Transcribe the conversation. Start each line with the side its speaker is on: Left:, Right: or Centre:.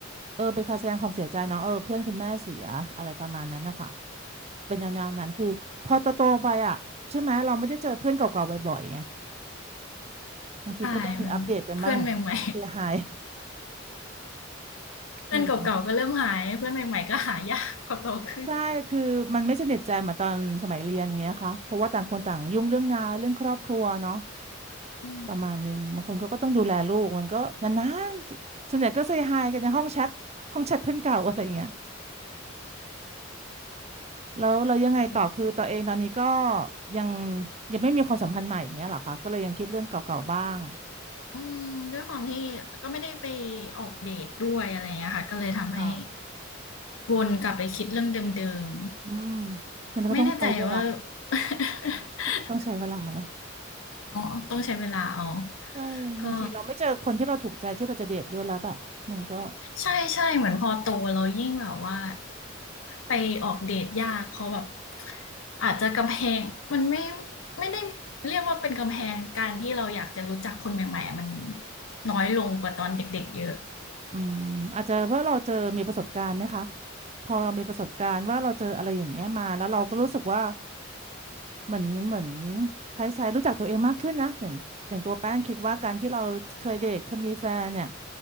Right: เออเป็นการแสดงความเสียใจเนาะเออเพื่อนคุณแม่เสียอะไรประมาณนั้นนะคะ เป็นแนวๆนั้นคือพอโตๆไปอ่ะใช่ไหมเราไม่ได้เจอเพื่อนเก่าๆบ่อยๆไง
Left: อืม
Right: บางทีก็ต้องมีอัปเดตกันบ้าง
Left: ใช่มันเพื่อนใหม่
Right: เสียหาย
Left: ๆ <laughs> เพื่อนเก่าๆก็เริ่มหายเพื่อนใหม่ๆก็หายากพอโตขึ้น
Right: เออใช่คือมันไม่สนิทใจเหมือนตอนสมัยเรียนอย่างเงี้ยค่ะเพราะว่าต่างคนต่างยุ่งเรื่องงานเรื่องครอบครัวเนาะ
Left: อื
Right: ประมาณนึงบางคนเขาก็ต้องดูแลลูกมันก็นานๆส่วนใหญ่ก็เซย์ไฮกันในห้องแชทห้องแชทเพื่อนเก่าอะไรอย่างเงี้ยแล้วเรายังไงต่อคือตัวเองตอนนี้ก็
Left: ม
Right: ยังยังไม่มีความสัมพันธ์ใหม่อย่างเงี้ยเหรอคะก็เลยยังคิดเรื่องเก่าๆบ้าง
Left: อืมด้วยความที่ก็ไม่ได้ไปออกเดทด้วยอะไรอย่างเงี้ยค่ะก็เลยทำให้
Right: ค่ะ
Left: วนกลับไปคิดเรื่องเดิม
Right: อืมมันก็ต้องใช้เวลา
Left: ๆไม่แน่ใจว่า <laughs>
Right: ต้องใช้เวลาละ
Left: อ๋อต้องใช้เวลาเอา
Right: ใช่บางทีเราไม่เจอคนที่เราถูกใจที่เราจะเดทด้วยแล้วอะมันก็
Left: ก็ใช่ใช่เหมือนพอโตเรายิ่งแบบว่าไปออกเดทยากเพราะแบบอาจจะกำแพงมันไม่ไม่ได้เรียกว่าเป็นกำแพงการที่เราอยากจะรู้จักคนใหม่ๆมันน้อยลงกว่าตอนเด็กๆเยอะ
Right: อืมอาจจะเพราะเราเจอมีประสบการณ์ไหมคะพอเรามีประสบการณ์ว่าเราเจออะไรอย่างเงี้ยมาแล้วเราก็รู้สึกว่าเหมือนเหมือนคล้ายๆรู้จักตัวเองมากขึ้นนะอย่างอย่างตัวแป้งคิดว่าการที่เราเคยเดทเคยมีแฟนเนี่ย